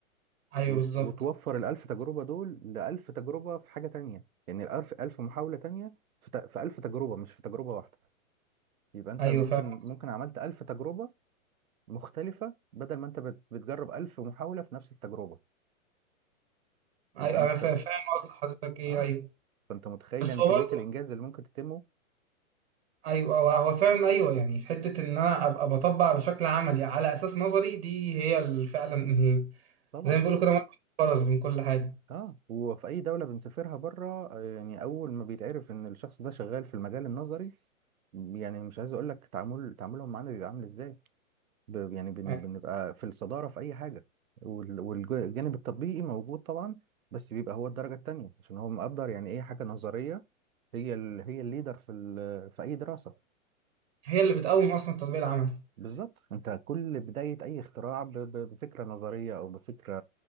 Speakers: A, on the right; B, on the right.
A: ايوه
B: وت-
A: بالظبط
B: وتوفر الألف تجربه دول لألف تجربه في حاجه تانية يعني الألف ألف محاوله تانية في ت- في ألف تجربه مش في تجربه واحده يبقى انت
A: ايوه
B: ممكن
A: فعلا
B: ممكن عملت ألف تجربه مختلفة بدل ما انت بت- بتجرب ألف محاولة في نفس التجربة يبقى
A: ايوه
B: انت
A: انا فا- فاهم قصد حضرتك ايه
B: اه
A: ايوه
B: فانت متخيل
A: بس
B: يعني
A: هو
B: كمية
A: برضه
B: الإنجاز اللي ممكن تتمه
A: ايوه هو هو فعلا ايوه يعني في حته ان انا ابقى بطبق بشكل عملي على اساس نظري دي هي اللي فعلا <laughs> ال-
B: طبعا
A: زي ما بيقولوا كده مربط الفرس بين كل حاجه
B: اه وفي أي دولة بنسافرها بره آه، يعني أول ما بيتعرف إن الشخص ده شغال في المجال النظري يعني مش عايز أقول لك تعامل تعاملهم معانا بيبقى عامل إزاي ب- يعني بن-
A: يعني
B: بنبقى في الصدارة في أي حاجة وال... والجانب التطبيقي موجود طبعا بس بيبقى هو الدرجة التانية عشان هو مقدر يعني إيه حاجة نظرية هي ال... هي الليدر في ال... في أي دراسة
A: هي اللي بتقوم اصلا التطبيق العملي
B: بالظبط انت كل بداية اي اختراع ب- ب- بفكرة نظرية او بفكرة